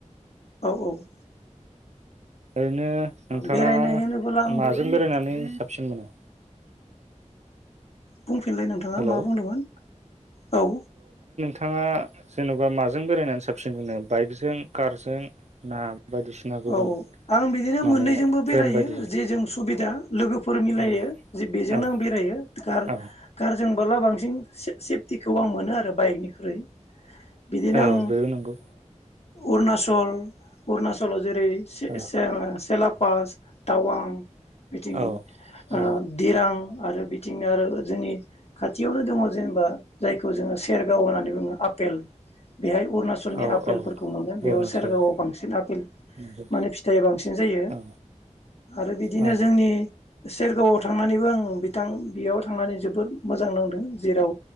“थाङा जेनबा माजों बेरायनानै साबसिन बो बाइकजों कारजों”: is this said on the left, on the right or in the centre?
Right